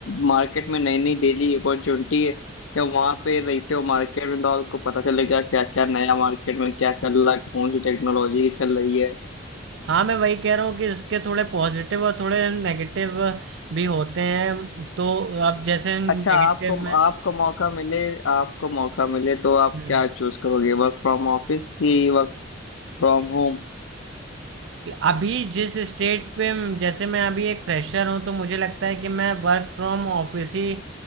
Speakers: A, on the left (about 75°); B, on the right (about 65°).
A: मार्केट में नई नई डेली अपॉर्चुनिटी है या वहाँ पे रहते हो मार्केट में तो आपको पता चलेगा क्या क्या नया मार्केट में क्या चल रहा है कौन सी टेक्नोलॉजी चल रही है
B: हाँ मैं वही कह रहा हूँ कि इसके थोड़े पॉजिटिव और थोड़े नेगेटिव भी होते हैं तो अब जैसे नेगेटिव
A: अच्छा आपको
B: में
A: आपको मौका मिले आपको मौका मिले तो आप
B: हम्म।
A: क्या चूज करोगे वर्क फ्रॉम ऑफिस की वर्क फ्रॉम होम
B: अभी जिस स्टेट पे जैसे मैं अभी एक फ्रेशर हूँ तो मुझे लगता है कि मैं वर्क फ्रॉम ऑफिस ही